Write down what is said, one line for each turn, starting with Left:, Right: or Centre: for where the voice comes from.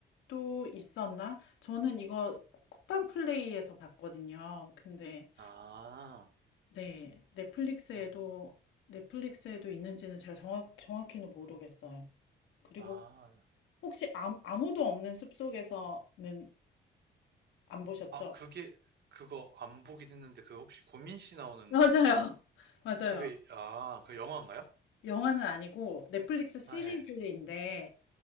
Left: 또 있었나? 저는 이거 쿠팡 플레이에서 봤거든요. 근데,
Right: 아,
Left: 네. 넷플릭스에도,
Right: 음,
Left: 넷플릭스에도 있는지는 제가 정확, 정확히는 모르겠어요. 그리고
Right: 아,
Left: 혹시 아무, 아무도 없는 숲속에서는 안 보셨죠?
Right: 아, 그게, 그거 안 보긴 했는데, 그 혹시 고민 씨 나오는,
Left: 맞아요. <laughs> 맞아요.
Right: 그게, 아, 그 영화인가요?
Left: 영화는 아니고 넷플릭스 시리즈인데,
Right: 아, 예.